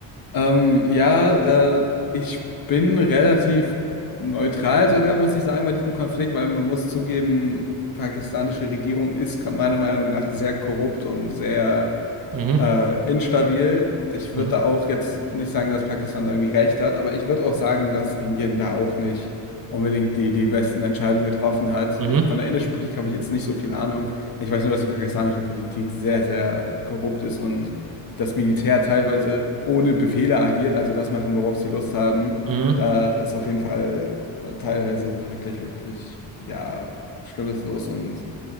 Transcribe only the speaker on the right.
Mhm,
mhm,
mhm,
mhm.